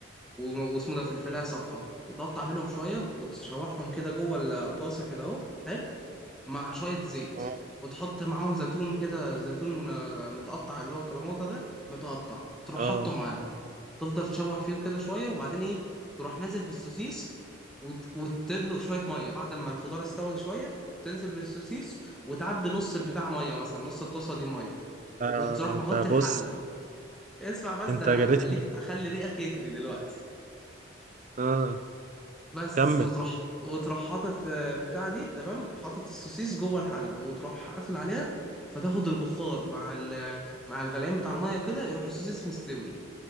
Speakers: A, in the centre; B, on the right (about 40°).
A: و... واسمه ده فلفلايه صفراء وتقطع منهم شويه وتشوحهم كده جوه الطاسه كده اهو حلو مع شوية زيت
B: اه
A: وتحط معاهم زيتون كده زيتون آه، متقطع اللي هو الكلاماطة ده متقطع تروح
B: اه
A: حاطه معاهم وتفضل تشوح فيهم كده شوية وبعدين ايه تروح نازل بالسوسيس وت... وتدلق شوية مية بعد ما الخضار استوى شوية تنزل بالسوسيس وتعبي نص البتاع مية مثلا نص الطاسة دي مية
B: ده
A: وتروح مغطي
B: ده
A: الحلة
B: بص
A: اسمع بس
B: انت
A: ده انا
B: جريتني
A: هخليك هخلي ريقك يجري دلوقتي
B: اه
A: بس
B: كمل
A: وتروح وتروح حاطط آه، بتاع دي تمام حاطط السوسيس جوه الحله وتروح قافل عليها فتاخد البخار مع ال... مع الغليان بتاع الميه وكده يروح السوسيس مستوي